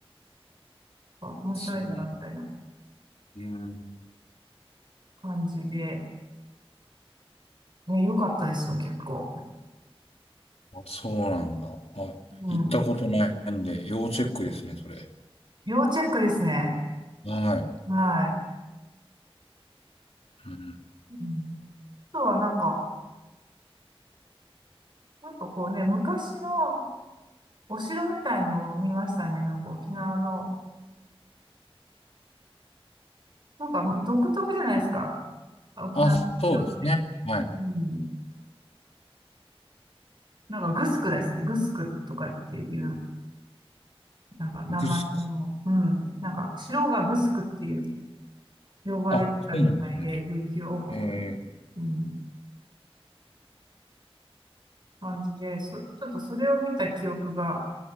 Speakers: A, on the right; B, on the left.
A: あ面白いな、
B: そう。
A: みたいな
B: うん
A: 感じで、ね、良かったですよ、結構。
B: あそうなんだ。は
A: うん。
B: い。行ったことないんで、要チェックですね、それ。
A: 要チェックですね。
B: はい。
A: はい。
B: うん、
A: うん。あとはなんか、なんかこうね、昔のお城みたいのを見ましたね。なんか沖縄の、なんか独特じゃないですか。沖縄の城。
B: あ、そうですね。はい。
A: うん。なんかグスクですね。グスクとかっていう、なんか名前の、
B: グスク。
A: うん。なんか城がグスクっていう呼ばれてたみたいで、
B: あ、そうなんですね。
A: 琉球王国の、
B: えー、
A: うん、感じで、そ、ちょっとそれを見た記憶が、